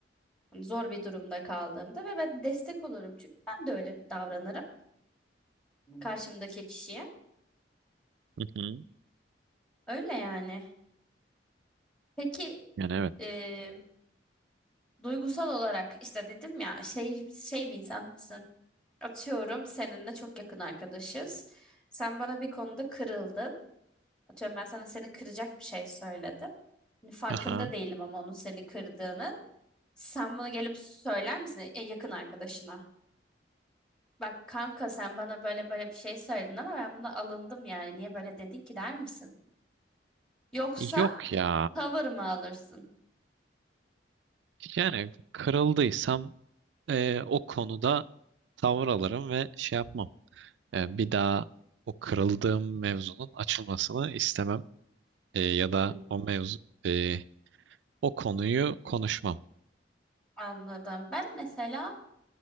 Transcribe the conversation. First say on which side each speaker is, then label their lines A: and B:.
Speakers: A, in the centre; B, on the right (about 70°).
A: Hani zor bir durumda kaldığımda ve ben destek olurum çünkü ben de öyle davranırım karşımdaki kişiye.
B: Hı hı.
A: Öyle yani. Peki
B: Yani evet.
A: e, duygusal olarak işte dedim ya şey şey bir insan mısın? Atıyorum seninle çok yakın arkadaşız. Sen bana bir konuda kırıldın. Atıyorum ben sana seni kıracak bir şey söyledim. Hani farkında
B: Aha.
A: değilim ama onun seni kırdığının. Sen bunu gelip söyler misin e, yakın arkadaşına? Bak kanka sen bana böyle böyle bir şey söyledin ama ben buna alındım yani. Niye böyle dedin ki der misin? Yoksa
B: Yok ya.
A: tavır mı alırsın?
B: Yani kırıldıysam e, o konuda tavır alırım ve şey yapmam. E, bir daha o kırıldığım mevzunun açılmasını istemem. E, ya da
A: Hmm.
B: o mevzu e, o konuyu konuşmam.
A: Anladım. Ben mesela